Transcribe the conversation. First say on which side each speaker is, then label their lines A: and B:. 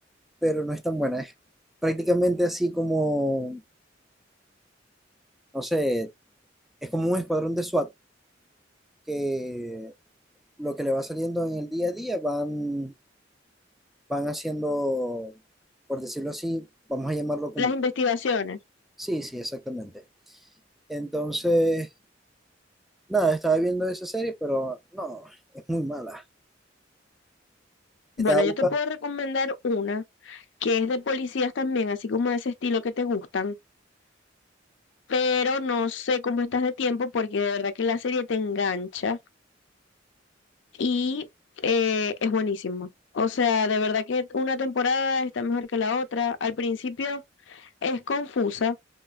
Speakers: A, in the centre; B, on the left.
A: pero no es tan buena. Es prácticamente así como, no sé, es como un escuadrón de SWAT que lo que le va saliendo en el día a día van, van haciendo, por decirlo así, vamos a llamarlo como...
B: Las investigaciones.
A: Sí, sí, exactamente. Entonces... Nada, estaba viendo esa serie, pero no, es muy mala.
B: Bueno,
A: Estaba buscando.
B: yo te puedo recomendar una que es de policías también, así como de ese estilo que te gustan, pero no sé cómo estás de tiempo porque de verdad que la serie te engancha y eh, es buenísimo. O sea, de verdad que una temporada está mejor que la otra. Al principio es confusa